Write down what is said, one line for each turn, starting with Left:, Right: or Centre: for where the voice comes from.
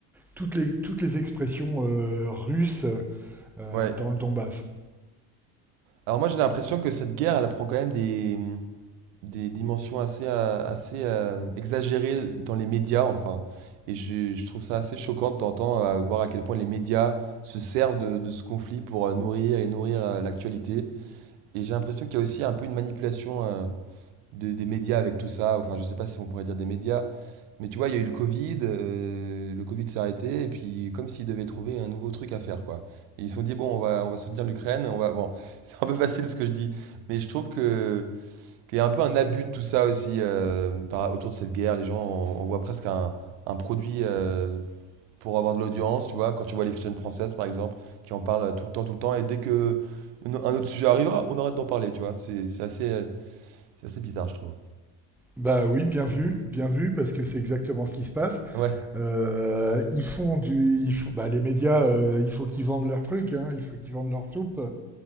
Centre: toutes les, toutes les expressions euh, russes euh,
Right: Ouais.
Centre: dans le Donbass.
Right: Alors moi j'ai l'impression que cette guerre, elle prend quand même des, des dimensions assez, euh, assez euh, exagérées dans les médias, enfin. Et je, je trouve ça assez choquant de t'entendre euh, voir à quel point les médias se servent de, de ce conflit pour euh, nourrir et nourrir euh, l'actualité. Et j'ai l'impression qu'il y a aussi un peu une manipulation euh, de- des médias avec tout ça. Enfin, je sais pas si on pourrait dire des médias, mais tu vois, il y a eu le Covid, euh, le Covid s'est arrêté, et puis comme s'ils devaient trouver un nouveau truc à faire, quoi. Et ils se sont dit, bon, on va, on va soutenir l'Ukraine, on va... Bon, <laughs> c'est un peu facile ce que je dis, mais je trouve que, qu'il y a un peu un abus de tout ça aussi euh, par- autour de cette guerre. Les gens, on, on voit presque un, un produit euh, pour avoir de l'audience, tu vois, quand tu vois les chaînes françaises, par exemple, qui en parlent tout le temps, tout le temps, et dès que un autre sujet arrive, ah, on arrête d'en parler, tu vois. C'est, c'est assez, euh, c'est assez bizarre, je trouve.
Centre: Bah oui, bien vu, bien vu, parce que c'est exactement ce qui se passe.
Right: Ouais.
Centre: Euh, ils font du, ils font- bah, les médias, euh, il faut qu'ils vendent leur truc, hein, il faut qu'ils vendent leur soupe.